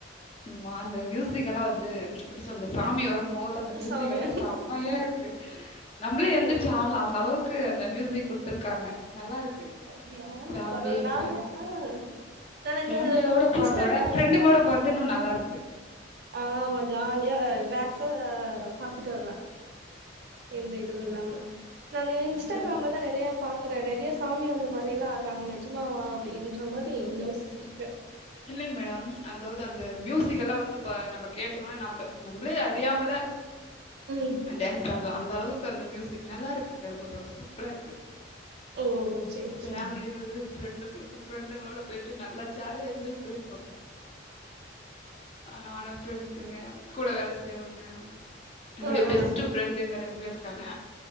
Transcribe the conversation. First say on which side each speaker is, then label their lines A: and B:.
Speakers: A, on the left (about 30°); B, on the right (about 55°).
A: மா அந்த மியூசிக் எல்லாம் வந்து எப்படி சொல்றது அந்த சாமி வரும்போது அந்த மியூசிக்
B: சாமி
A: எல்லாம் செமையா இருக்கு நம்மளே எந்தந்துச்சு
B: ஓகே
A: ஆடலாம் அந்த அளவுக்கு அந்த மியூசிக் கொடுத்துருக்காங்க நல்லா இருக்
B: அப்டியா
A: ஃபேமலி
B: பரவால நானு
A: ஃபேம்
B: ஆ நான்
A: ஃபேமலியோட
B: இந்த
A: போறத
B: இன்ஸ்டாகிராம்ல
A: விட ஃபிரண்டுகளோட போறதுன்னும் நல்லா இருக் இருக்கு
B: ஆமா ஜாலியா ரிலாகஸா பாத்துட்டு வரலாம் எந்த இதுவும் இல்லாம நானு இன்ஸ்டாகிராம்ல
A: ஜாலியா
B: தான் நிறைய பாத் அப்புறம் நெறைய சாமி வந்த மாதிரல்லாம் ஆடுறாங்க நெஜமாவா அப்படின்ற மாதிரி யோசிச்சிருக்கேன்
A: இல்லைங்க மேடம் அதாவது அந்த மியூசிக் எல்லாம் வந்து இப்ப நம்ம கேட்டங்கன்னா நம்ம நம்மளே அறியாமல
B: ம்
A: டான்ஸ் ஆடலாம் அந் அளவுக்கு அந்த மியூசிக் நல்லா இருக்கு கருப்பு படம் சூப்பரா இருக்கு
B: ஓ சேரி
A: ஃபேமிலியாவது
B: சேரி
A: ஃரெ ஃரெண்டுங்களோட போயிட்டு நல்ல ஜாலியாக என்ஜாய் புட்டு வந்தோம் நானும் ஃப்ரெண்ட்ஸுங்க கூட வேல செய்றவங்க என்னுடைய
B: ஆ
A: பெஸ்ட்
B: ஆ
A: ஃபரெண்ட் எங்க ரெ இப்ப இருக்காங்க